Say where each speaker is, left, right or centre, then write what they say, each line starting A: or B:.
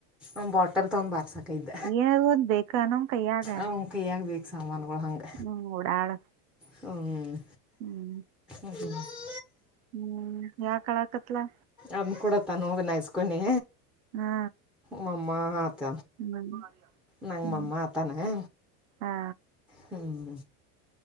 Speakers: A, in the centre; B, on the right (about 85°).
A: ಒ ಬಾಟಲ್ ತೊಂಡ್ ಬಾರ್ಸಕ ಇದ್ದ
B: ಏನ್ ಒಂದ್ ಬೇಕ ನಮ್ ಕೈಯಾಗ
A: ಅವ ಅ ಕೈ್ಯಾಗ ಬೇಕು ಸಾಮಾನುಗಳು ಹಂಗ
B: ಹ್ಮ್ ಓಡಾಳ
A: ಹ್ಞ
B: ಹ್ಮ್
A: ಹ
B: ಹ್ಮ್ ಯಾ ಕಳಕ ಲ
A: ಅದ್ ಕುೂಡತ್ತಾನ ಹೂವ ನಾಯಸ್ಕನಿ
B: ಹಾ
A: ಮಮ್ಮ ಆತ
B: ಹ್ಮ್
A: ನಂಗ
B: ಹ್ಮ್
A: ಮಮ್ಮ ಆತಾನೇ
B: ಹಾ
A: ಹ್ಮ್್ಮ್